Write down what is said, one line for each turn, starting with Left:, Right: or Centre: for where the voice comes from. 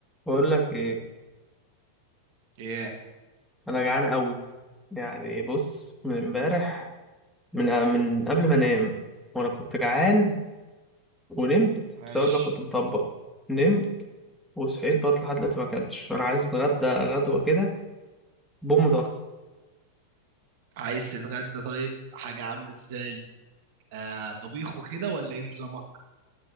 Centre: بقول لك ايه
Right: ايه
Centre: انا جعان قوي يعني بص من امبارح من من قبل ما انام وانا كنت جعان ونمت
Right: ماشي
Centre: بسبب إن انا كنت مطبق نمت وصحيت برضه لحد دلوقتي ما اكلتش انا عايز اتغدى غدوه كده بوم ضخ
Right: عايز تتغدى طيب حاجة عاملة ازاي آه طبيخ وكده ولا ايه نظامك